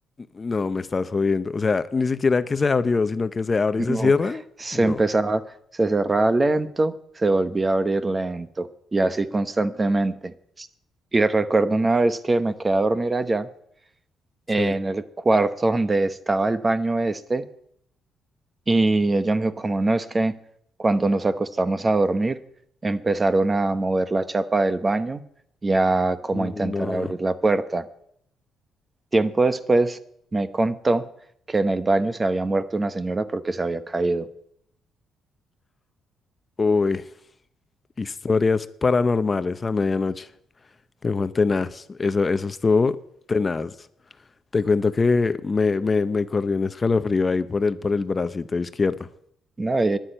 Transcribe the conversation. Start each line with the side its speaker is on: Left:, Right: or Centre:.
Left: No, me estás jodiendo. O sea, ni siquiera que se abrió, sino que se abre
Right: No,
Left: y se cierra.
Right: se
Left: No,
Right: empezaba, se cerraba lento, se volvía a abrir lento y así constantemente. Y recuerdo una vez que me quedé a dormir allá en
Left: sí.
Right: el cuarto donde estaba el baño este y ella me dijo, como no, es que cuando nos acostamos a dormir empezaron a mover la chapa del baño y a como
Left: No.
Right: a intentar abrir la puerta. Tiempo después me contó que en el baño se había muerto una señora porque se había caído.
Left: Uy, historias paranormales a medianoche con Juan Tenaz. Eso, eso estuvo tenaz. Te cuento que me, me, me corrió un escalofrío ahí por el, por el bracito izquierdo.
Right: No, y,